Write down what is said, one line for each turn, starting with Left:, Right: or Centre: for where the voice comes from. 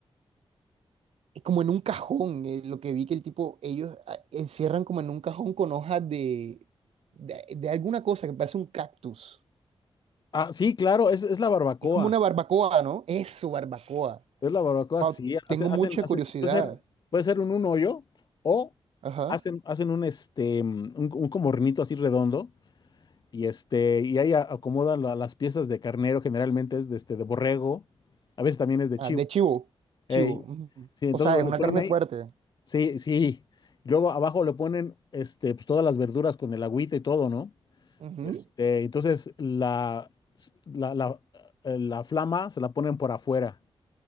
Right: como en un cajón, eh, lo que vi que el tipo, ellos ah, encierran como en un cajón con hojas de, de, de alguna cosa que parece un cactus.
Left: Ah, sí, claro, es, es la barbacoa.
Right: Es como una barbacoa, ¿no? Eso, barbacoa.
Left: Es la barbacoa,
Right: Wow,
Left: sí, hacen,
Right: tengo mucha
Left: hacen, hacen-
Right: curiosidad.
Left: puede ser, puede ser un, un hoyo o
Right: Ajá.
Left: hacen, hacen un este, mm, un, un como hornito así redondo y este, y ahí a- acomodan la- las piezas de carnero, generalmente es de este, de borrego, a veces también es de
Right: Ah,
Left: chivo.
Right: de chivo. Chivo.
Left: Ey,
Right: ujú.
Left: sí, entonces
Right: O sea,
Left: lo,
Right: es
Left: lo
Right: una
Left: ponen
Right: carne
Left: ahí,
Right: fuerte.
Left: sí, sí. y Luego abajo le ponen este, pues, todas las verduras con el agüita y todo, ¿no?
Right: Ujú,
Left: Este, entonces la, la, la, eh, la flama se la ponen por afuera